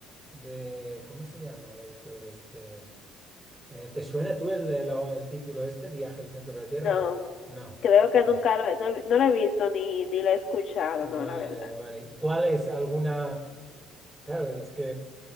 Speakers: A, on the right (about 15°); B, on the left (about 60°).
A: de, ¿cómo se llama el autor este? Eh, ¿Te suena tú el, el- el título este, Viaje al centro de la Tierra
B: No,
A: o no? No,
B: creo que
A: vale,
B: nunca lo, no, no lo he visto ni, ni lo he escuchado,
A: vale,
B: no, la verdad.
A: vale. ¿Cuál es alguna? Claro, es que,